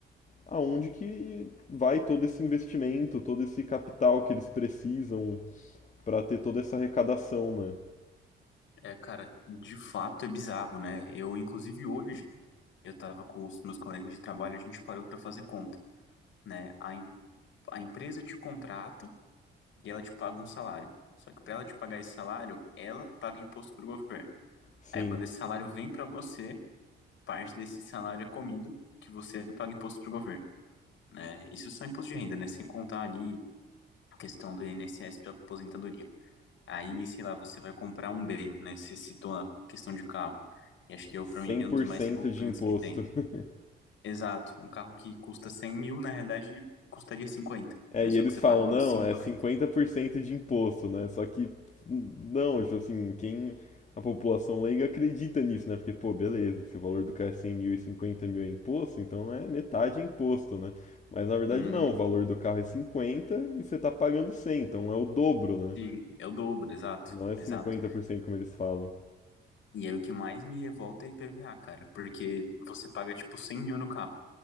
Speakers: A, on the left (about 35°); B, on the left (about 75°).
A: aonde que vai todo esse investimento, todo esse capital que eles precisam para ter toda essa arrecadação, né?
B: É, cara, de fato é bizarro, né? Eu, inclusive, hoje, eu tava com os meus colegas de trabalho, a gente parou pra fazer conta, né? A, em- a empresa te contrata e ela te paga um salário. Só que pra ela te pagar esse salário, ela paga imposto pro governo.
A: Sim,
B: Aí, quando esse salário vem pra você, parte desse salário é comido, que você paga imposto pro governo, né? Isso é só imposto de renda, né? Sem contar ali a questão do INSS pra aposentadoria. Aí, sei lá, você vai comprar um bem, né? Você citou a questão de carro. E acho que eu,
A: cem
B: pra mim, é
A: por
B: um dos mais
A: cento
B: revoltantes
A: de imposto.
B: que tem.
A: <laughs>
B: Exato. Um carro que custa cem mil, na realidade, ele custaria cinquenta
A: É,
B: né?
A: e
B: Só
A: eles
B: que você
A: falam,
B: paga
A: não,
B: outros cinquenta
A: é 50% de imposto, né? Só que, não, tipo assim, quem, a população leiga acredita nisso, né? Porque, pô, beleza, se o valor do carro é 100 mil e 50 mil é imposto, então é metade é imposto, né? Mas na verdade
B: Uhum.
A: não, o valor do carro é 50 e você tá pagando 100, então é o dobro, né?
B: Sim, é o dobro, exato.
A: Não é 50%
B: Exato.
A: como eles falam.
B: E aí o que mais me revolta é IPVA, cara. Porque você paga, tipo, cem mil no carro.